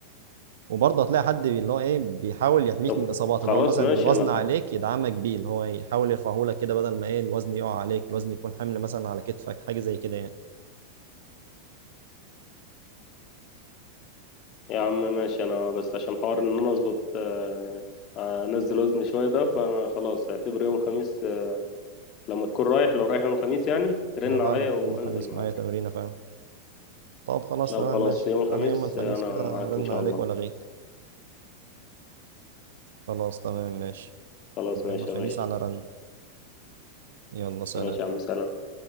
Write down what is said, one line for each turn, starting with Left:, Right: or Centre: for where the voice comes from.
Right: وبرضه هتلاقي حد بي- اللي هو ايه بيحاول يحميك
Left: طب
Right: من الاصابات
Left: خلاص
Right: اللي هو مثلا
Left: ماشي
Right: الوزن
Left: أنا
Right: عليك يدعمك بيه اللي هو يحاول يرفعه لك كده بدل ما ايه الوزن يقع عليك الوزن يكون حمل مثلا على كتفك حاجه زي كده يعني
Left: يا عم ماشي أنا بس عشان حوار إن أنا أظبط آه، آه، أنزل وزني شوية ده فخلاص اعتبر يوم الخميس آه، لما تكون رايح لو رايح يوم الخميس يعني رن
Right: انا رايح
Left: عليا وهنزل
Right: يوم الخميس
Left: معاك
Right: معايا تمرينه فعلا طب خلاص
Left: لو
Right: تمام
Left: خلاص
Right: ماشي
Left: يوم الخميس
Right: انا يوم الخميس
Left: آه، أنا
Right: كده
Left: معاك
Right: رن
Left: إن شاء
Right: عليك
Left: الله
Right: ولا غيك خلاص تمام ماشي
Left: خلاص
Right: ده
Left: ماشي
Right: يوم الخميس
Left: يا باشا
Right: على رن يلا سلام
Left: ماشي يا عم سلام